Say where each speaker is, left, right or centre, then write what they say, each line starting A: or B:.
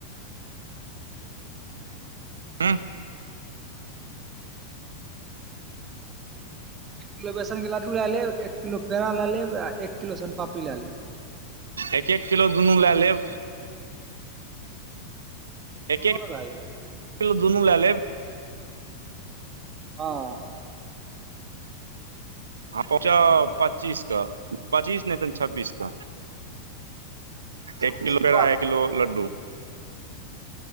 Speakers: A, on the right; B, on the right.
A: ह
B: एक किलो बेसन के लड्डू लए लेब, एक किलो पेड़ा लए लेब आ एक किलो सोम पापड़ी लए लेब।
A: एक-एक किलो दुनू लए लेब।
B: तीनो
A: एक
B: नैय भए गेलै।
A: एक किलो दुनू लए लेब।
B: हां।
A: हम पहुचब पच्चीस क पच्चीस नैय त छब्बीस के।
B: <inaudible> छब्बीस
A: एक किलो
B: के
A: पेड़ा,
B: बाबाधाम
A: एक किलो लड्डू।